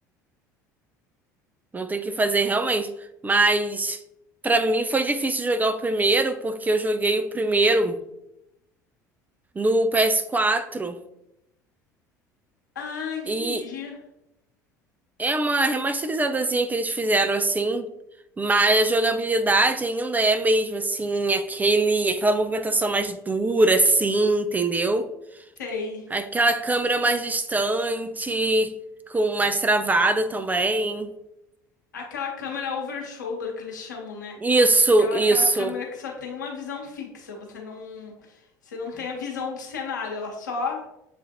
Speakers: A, on the right; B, on the left.
A: Não tem o que fazer realmente. Mas pra mim foi difícil jogar o primeiro, porque eu joguei o primeiro. no PS4
B: Ah, entendi.
A: e é uma remasterizadazinha que eles fizeram assim, mas a jogabilidade ainda é mesmo assim, aquele, aquela movimentação mais dura assim, entendeu?
B: Sei.
A: Aquela câmera mais distante, com mais travada também.
B: Aquela câmera over shoulder que eles chamam, né?
A: Isso,
B: Aquela,
A: isso,
B: aquela câmera que só tem uma visão fixa, você não, você não tem a visão do cenário, ela só